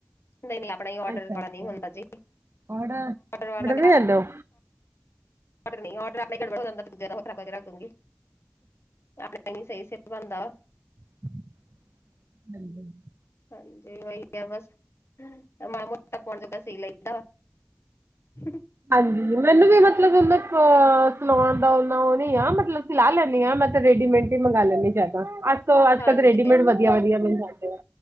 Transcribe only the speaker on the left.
ਨਹੀਂ ਨਹੀਂ ਆਪਣਾ ਹੀ ਔਡਰ
ਵਾਲਾ ਨਹੀਂ ਹੁੰਦਾ ਜੀ
ਵਾਲਾ
ਮੇਰਾ
<inaudible>
ਹਾਂਜੀ ਵਹੀ ਆ ਬਸ ਮਾੜਾ ਮੋਟਾ ਪੌਣ ਜੋਗਾ ਸੀ ਲਈਦਾ <unintelligible>
ਹਾਂਜੀ